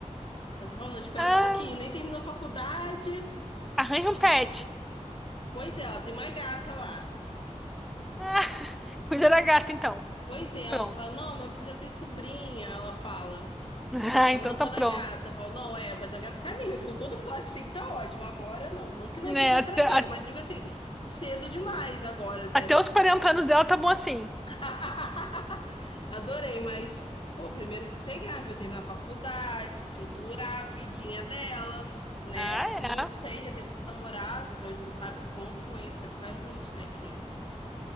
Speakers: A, on the left; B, in the centre.
A: Aí Você falou, não, espera
B: Ah,
A: um pouquinho, nem terminou a faculdade.
B: arranja um pet.
A: Pois é, ela tem uma gata lá.
B: Ah, cuida da gata, então.
A: Pois é, ela
B: Pronto.
A: fala, não, mas você já tem sobrinha, ela fala.
B: <laughs> Ah,
A: Aí
B: então
A: manda
B: tá
A: foto
B: pronto.
A: da gata, eu falo, não, é, mas eu quero ficar nisso. E quando for assim, tá ótimo. Agora não, não que não
B: Né,
A: é que não
B: até,
A: é pra ter,
B: a-
A: mas digo assim, cedo demais agora, né?
B: até os 40 anos dela tá bom assim.
A: <laughs> Adorei, mas, pô, primeiro sossegar, pra eu terminar a faculdade, se estruturar a vidinha dela, né?
B: Ah,
A: Não
B: é.
A: sei, já teve outro namorado, então a gente não sabe quanto esse vai ficar juntos, né? Que